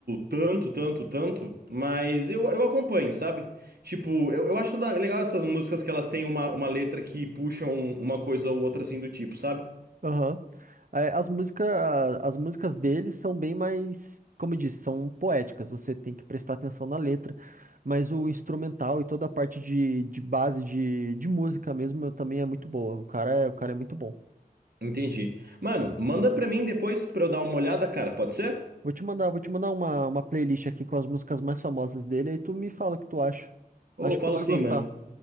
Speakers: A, on the right; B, on the right.
A: tanto, tanto, tanto, mas eu, eu acompanho, sabe? Tipo, eu, eu acho da- legal essas músicas que elas têm uma, uma letra que puxam uma coisa ou outra assim do tipo, sabe?
B: Aham. É, As músicas, as músicas dele são bem mais, como eu disse, são poéticas. Você tem que prestar atenção na letra. Mas o instrumental e toda a parte de, de base de, de música mesmo também é muito boa. O cara é, o cara é muito bom.
A: Entendi. Mano, manda pra mim depois pra eu dar uma olhada, cara, pode ser?
B: Vou te mandar, vou te mandar uma, uma playlist aqui com as músicas mais famosas dele, aí tu me fala o que tu acha.
A: Ou
B: Acho
A: eu falo
B: que tu vai
A: sim,
B: gostar,
A: mano.